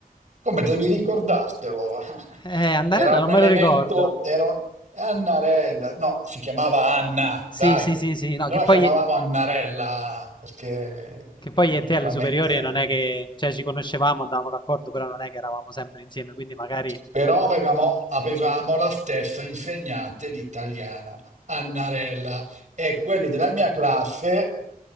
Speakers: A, on the right (about 55°); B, on the left (about 30°).
A: come devi ricordartelo, <laughs>
B: Eh, Andarella
A: era un
B: non
A: elemento,
B: me lo ricordo.
A: era un- Annarella, no, si chiamava Anna,
B: Sì,
A: dai,
B: sì, sì, sì. No,
A: noi
B: che
A: la
B: poi,
A: chiamavamo Annarella perché
B: che poi
A: eh,
B: io e te
A: chiaramente
B: alle superiori non è che...
A: eh,
B: Cioè, ci conoscevamo, andavamo d'accordo, però non è che eravamo sempre insieme, quindi magari...
A: Però avevamo, avevamo la stessa insegnante di italiano, Annarella, e quelli della mia classe,